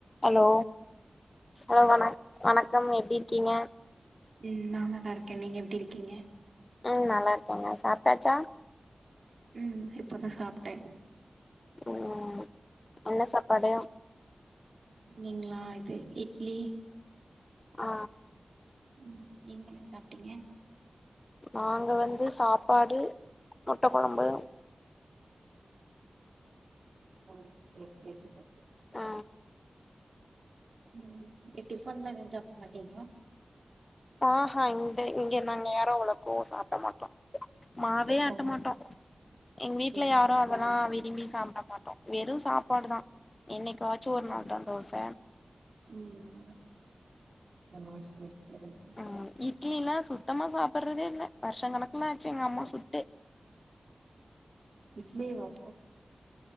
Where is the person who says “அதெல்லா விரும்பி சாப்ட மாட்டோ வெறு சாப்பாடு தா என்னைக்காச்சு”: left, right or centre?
Left